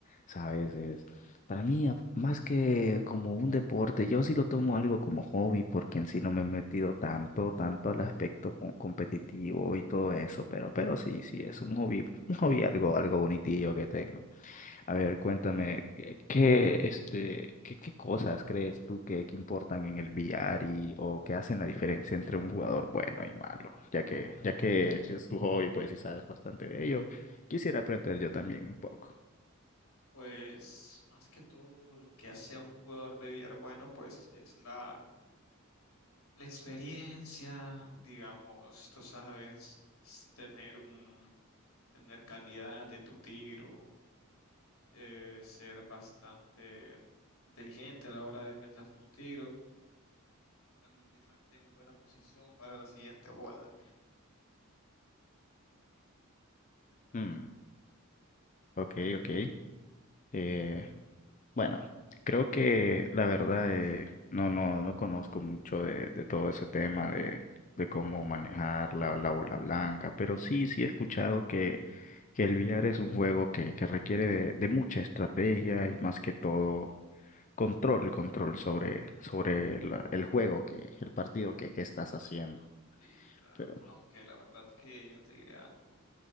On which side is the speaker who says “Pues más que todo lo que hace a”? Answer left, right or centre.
Left